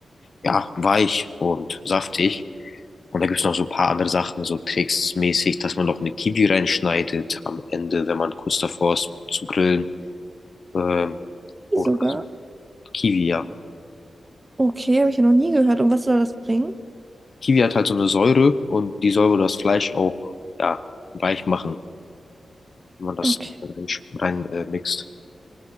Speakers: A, on the left; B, on the right.
A: ja, weich und saftig. Und da gibt es noch so ein paar andere Sachen, so tricksmäßig, dass man noch eine Kiwi reinschneidet am Ende, wenn man kurz davor ist zu grillen. Ähm, oder
B: die sogar.
A: halt Kiwi, ja.
B: Okay, habe ich ja noch nie gehört. Und was soll das bringen?
A: Kiwi hat halt so eine Säure und die soll wohl das Fleisch auch, ja, weich machen, wenn man das
B: Okay.
A: rein, rein äh, mixt.